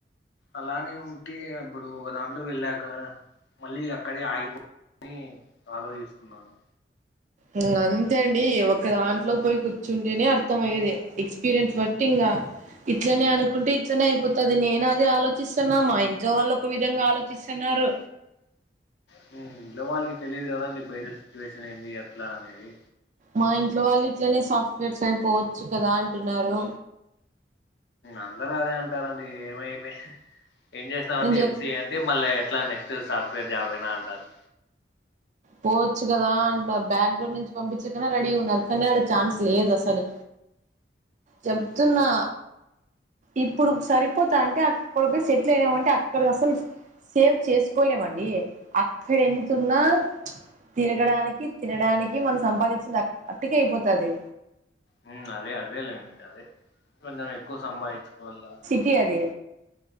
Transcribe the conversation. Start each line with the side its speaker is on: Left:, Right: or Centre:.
Left: అలానే ఉంటే అప్పుడు ఒక దాంట్లో వెళ్ళాక మళ్ళీ అక్కడే ఆగిపోతు అని ఆలోచిస్తున్నాను
Right: ఇంగ అంతే అండి ఒక దాంట్లోకి పోయి కూర్చుంటేనే అర్థం అయ్యేది ఎక్స్పీరియన్స్ బట్టి ఇంకా ఇట్లనే అనుకుంటే ఇట్లనే అయిపోతది నేను అది ఆలోచిస్తున్నా మా ఇంట్లో వాళ్ళు ఒక విధంగా ఆలోచిస్తున్నారు
Left: హ్మ్ ఇంట్లో వాళ్ళకి తెలిదు కదండి బయట సిచ్యువేషన్ ఏంది ఎట్లా అనేది
Right: మా ఇంట్లో వాళ్ళు ఇట్లనే సాఫ్ట్వేర్ సైడ్ పోవచ్చు కదా అంటున్నారు
Left: అందరూ అదే అంటారండి ఏమైపో ఏం చేసావంటే
Right: నేను చెప్
Left: ఎంసిఏ అంటే మళ్ళ ఇట్లా నెక్స్ట్ సాఫ్ట్వేర్ జాబేనా అంటారు
Right: పోవచ్చు కదా అంటన్నారు బ్యాక్ డోర్ నుంచి పంపించేకన్నా రెడీ ఉన్నారు కానీ ఆడ ఛాన్స్ లేదు అసలు చెప్తున్నా
Left: ఉమ్,
Right: ఇప్పుడు కి సరిపోతా అంటే అక్కడకి సెటిల్ అయినామంటే అక్ అక్కడ అసలు సేవ్ చేసుకోలేమండి అక్కడ ఎంతున్నా తిరగడానికి తినడానికి మనం సంపాదించింది అ అట్కి అయిపోతాది
Left: హ్మ్ అదే అదే లేండి అదే కొంచెం ఎక్కువ సంపాదించుకోవాలా
Right: అ అదే